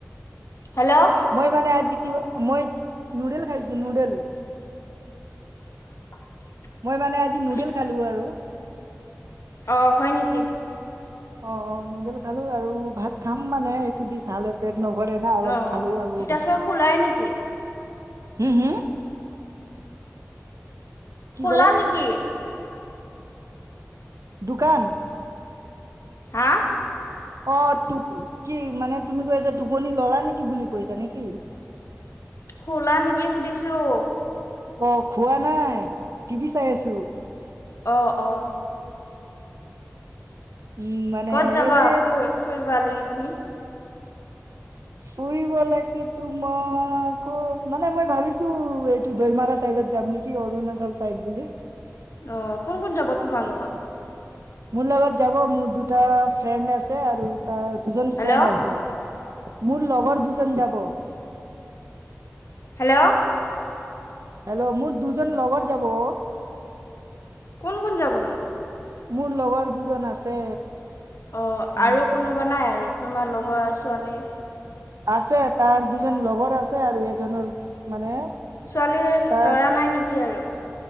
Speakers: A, on the left; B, on the right.
A: হেল্ল'!
B: মই মানে আজি কিবা মই নুডেল খাইছোঁ নুডেল।
A: <inaudible>
B: মই মানে আজি নুডেল
A: কি
B: খালোঁ আৰু।
A: অ', হয় নেকি?
B: অ', অ', নুডেল খালোঁ আৰু ভাত খাম মানে, এইটো দি খালে পেট নভৰে না অলপ
A: অ',
B: খালো আৰু
A: <unintelligible> শুলাই নেকি?
B: হো, হো? কি
A: শুলা
B: ক'লা
A: নেকি?
B: দোকান?
A: হা?
B: অ', টোপ কি মানে তুমি কৈ আছা টোপনি ল'লা নেকি বুলি কৈছা নেকি?
A: শুলা নেকি সুধিছোঁ।
B: অ', খোৱা নাই টিভি চাই আছোঁ।
A: অ', অ'।
B: উম মানে
A: ক'ত যাবা
B: এনে
A: ফুৰি-ফুৰিবা <unintelligible> তুমি?
B: ফুৰিবলেকিতো মই ক'ত মানে মই ভাবিছোঁ এইটো দৈমাৰা চাইডত যাম নেকি কি অৰুণাচল চাইড বুলি!
A: অ', কোন, কোন যাব তোমালোক?
B: মোৰ লগত যাব মোৰ দুটা ফ্ৰেণ্ড আছে আৰু তাৰ দুজন
A: হেল্ল'
B: ফ্ৰেণ্ড আছে, মোৰ লগৰ দুজন যাব।
A: হেল্ল'!
B: হেল্ল'! মোৰ দুজন লগৰ যাব অ'।
A: কোন, কোন যাবনো?
B: মোৰ লগৰ দুজন আছে।
A: অ'
B: উম
A: আৰু কোনোবা নাই আৰু তোমাৰ লগৰ আৰু ছোৱালী?
B: আছে তাৰ দুজন লগৰ আছে আৰু এজনৰ মানে
A: ছোৱালীৰ
B: তাৰ
A: ল'ৰা নাই নেকি আৰু?